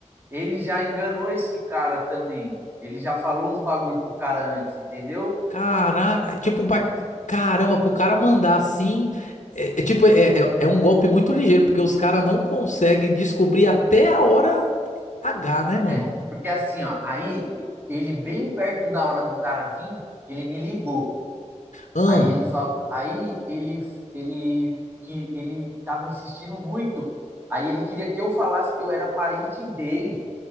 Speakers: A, on the right (about 15°); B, on the left (about 75°).
A: ele já enganou esse cara também. Ele já falou uns bagulho pro cara antes, entendeu?
B: Caraca, tipo, ba- caramba, pro cara mandar assim. É, é tipo, é, é, é um golpe muito ligeiro, porque os caras não conseguem descobrir até a hora H, né, mano?
A: É, porque assim, ó, aí ele bem perto da hora do cara vir, ele me ligou.
B: Ah,
A: Aí ele falou, aí ele ele que ele tava insistindo muito. Aí ele queria que eu falasse que eu era parente dele.